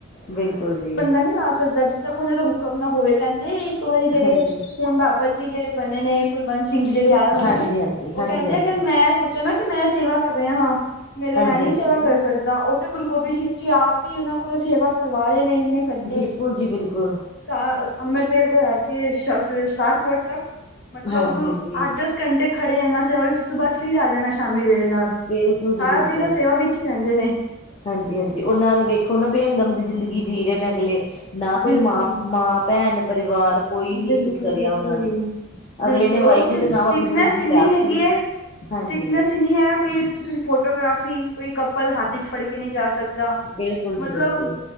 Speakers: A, on the left; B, on the left.
A: ਬਿਲਕੁਲ ਜੀ।
B: ਨੀ ਲਾ ਸਕਦਾ ਜਦ ਤਕ ਉਹਨਾਂ ਦਾ ਹੁਕਮ ਨਾ ਹੋਵੇ ਕਹਿੰਦੇ ਇੱਕ ਵਾਰੀ ਜਿਹੜੇ
A: ਹਾਂਜੀ।
B: ਹੁਣ ਬਾਬਰ ਜੀ ਜਿਹੜੇ ਬਣੇ ਨੇ ਕੁਲਵੰਤ ਸਿੰਘ ਜੀ ਜਿਹੜੇ ਆਏ ਹੋਏ
A: ਹਾਂਜੀ,
B: ਨੇ
A: ਹਾਂਜੀ,
B: ਉਹ
A: ਹਾਂਜੀ,
B: ਕਹਿੰਦੇ
A: ਹਾਂਜੀ,
B: ਕਿ ਮੈਂ ਸ ਚੌ ਨਾ ਕਿ ਮੈਂ ਸੇਵਾ ਕਰ ਰਿਹਾ ਹਾਂ। ਮੇਰੇ
A: ਹਾਂਜੀ,
B: ਮੈਂ ਨਹੀਂ
A: ਹਾਂਜੀ
B: ਸੇਵਾ ਕਰ ਸਕ ਦਾ ਉਤੇ ਗੁਰੂ ਗੋਬਿੰਦ ਸਿੰਘ ਜੀ ਆਪ ਹੀ ਉਹਨਾਂ ਕੋਲੋਂ ਸੇਵਾ ਕਰਵਾ ਰਹੇ ਨੇ ਇੰਨੇ ਘੰਟੇ।
A: ਬਿਲਕੁਲ ਜੀ ਬਿਲਕੁਲ।
B: ਸਾ ਅੰਬਰਵੇਲ ਤੋਂ ਲੇਹਿ ਕੇ ਸਾਸ਼ਵੇਦ ਸ਼ਾਸ ਵੇਦ ਤੱਕ ਮਤਲਬ
A: ਹਾਂਜੀ, ਹਾਂਜੀ।
B: ਆਠ ਦਸ ਘੰਟੇ ਖੜੇ ਰਹਿਣਾ ਸੇਵਾ ਵਿੱਚ ਉਸ ਤੋਂ ਬਾਅਦ ਫਿਰ ਆ ਜਾਣਾ ਸ਼ਾਮੀ ਵੇਲੇ ਨਾਲ
A: ਬਿਲਕੁਲ ਜੀ
B: ਸਾਰਾ
A: ਬਿਲਕੁਲ
B: ਦਿਨ ਉਹ ਸੇਵਾ ਵਿੱਚ ਹੀ ਰਹਿੰਦੇ ਨੇ।
A: ਹਾਂਜੀ ਹਾਂਜੀ ਉਹ ਨਾਲ ਵੇਖੋ ਨਾ ਬੇਹੰਗਮ ਦੀ ਜ਼ਿੰਦਗੀ ਜੀ ਰਹੇ ਨੇ ਅਗਲੇ ਨਾ ਕੋਈ
B: ਬਿਲਕੁਲ
A: ਮਾਂ ਮਾਂ ਭੈਣ ਪਰਿਵਾਰ ਕੋਈ ਨੀ
B: ਬਿਲਕੁਲ,
A: ਕੁਛ ਕਰਿਆ
B: ਬਿਲਕੁਲ,
A: ਉਹਨਾਂ ਨੇ
B: ਹੀ ਬਿਲਕੁਲ
A: ਅਗਲੇ ਨੇ ਵਾਹਿਗੁਰੂ
B: ਉਹ ਉਥੇ
A: ਦੇ
B: ਸਟਿਕਨੈਸ
A: ਨਾਮ ਆਪਣੀ ਜ਼ਿੰਦਗੀ
B: ਇੰਨੀ
A: ਲਾਤੀ
B: ਹੈਗੀ
A: ਹੈ
B: ਏ।
A: ਹਾਂਜੀ
B: ਸਟਿਕਨੈਸ ਇੰਨੀ ਹੈ ਕੋਈ ਤੁਸੀਂ ਫੋਟੋਗ੍ਰਾਫੀ ਕੋਈ ਕੱਪਲ ਹੱਥ ਚ ਫੜ ਕੇ ਨਹੀਂ ਜਾ ਸਕਦਾ।
A: ਬਿਲਕੁਲ ਜੀ
B: ਮਤਲਬ
A: ਬਿਲਕੁਲ